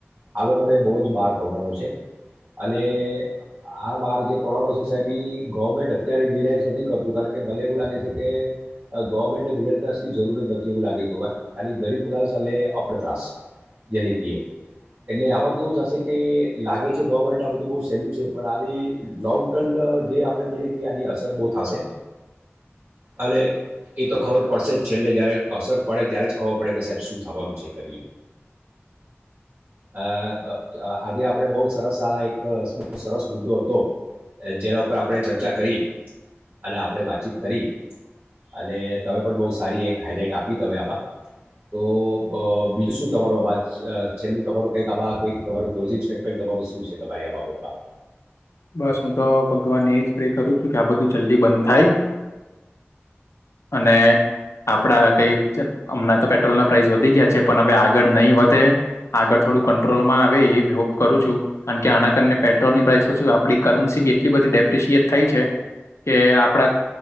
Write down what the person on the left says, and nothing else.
બસ હું તો ભગવાનને એજ પ્રે કરું છું કે આ બધું જલ્દી બંધ થાય અને આપડા કઈ હમણાં તો પેટ્રોલના પ્રાઇસ વધી ગયા છે પણ હવે આગળ નહીં વધે આગળ થોડું કંટ્રોલ કેન્ટ્રીલ મા આવે એવિ હોપ કરું છું કારણ કે આના કારણે પેટ્રોલની પ્રાઇસ તો શ આપડી કરન્સી બી એટલી બધી ડેપ્રિશિએટ થાય છે કે આપડા